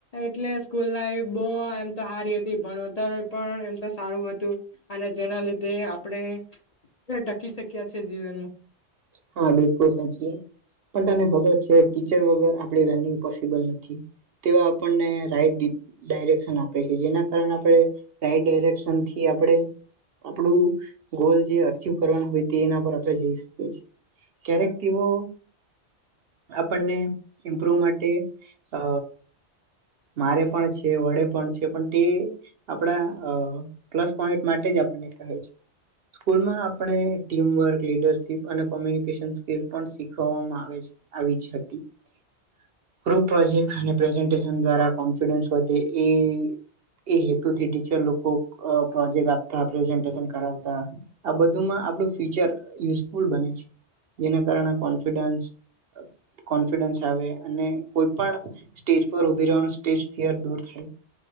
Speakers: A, on the left; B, on the right.
A: એટલે સ્કૂલ લાઈફ બહ એમ તો સારી હતી ભણતર પણ એમ તો સારું હતું અને જેના લીધે આપણે ટકી શક્યા છેએ જીવનમાં
B: હા બિલકુલ સાચી વાત પણ તને ખબર છે ટીચર વગર આપડી રનિંગ પોસિબલ નથી તેઓ આપણને રાઈટ ડાયરેક્શન આપે છે જેના કારણે આપણે રાઈટ ડાયરેક્શનથી આપણે આપણું ગોલ જે અચીવ કરવાનું હોય તે એના પર આપણે જઈ શકીએ છીએ. ક્યારણ કે તેઓ આપને ઇમ્પ્રુવ માટે અ મારે પણ છે વઢે પણ છે પણ તે આપણા પ્લસ પોન્ટ માટે આપને કહે છે સ્કુલ મા આપણે ટીમવર્ક લીડરશીપ અને કોમ્યુનિકેશન સ્કીલ પણ શીખવવામાંઆવે છે આવી્ <inaudible> ગ્રુપ પ્રોજેક્ટ અને પ્રેઝન્ટેશન દ્વારા કોન્ફિડન્સ વધે એ એ હેતુથી ટીચર લોકો પ્રોજેક્ટ આપતા પ્રેઝન્ટેશન કરાવતા આ બઘુમા આપડુ ફ્યુચર યુઝફુલ બને છે. જેના કારણે કોન્ફિડન્સ કોન્ફિડન્સ આવે અને કોઈ પણ સ્ટેજ પર ઉભીરેવાનુ સ્ટેજ ફીયર દૂર થાય